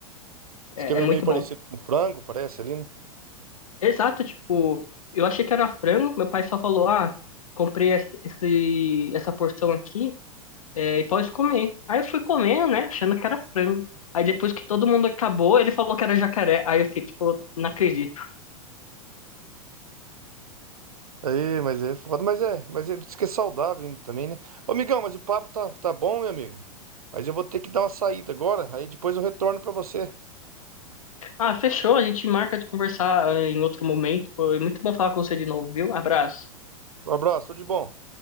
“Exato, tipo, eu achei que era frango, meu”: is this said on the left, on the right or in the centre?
Left